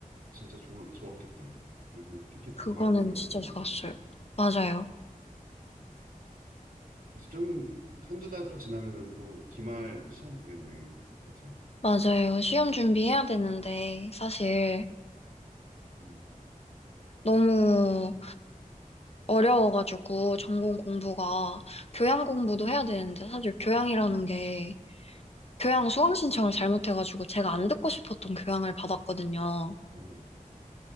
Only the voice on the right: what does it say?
진짜 좋, 좋았겠다. 요즘 티켓
정말 구하기 어려운데.
이제 좀 한 두 달 또 지나면은 또 기말 시험 보겠네. 그치?
음.
오.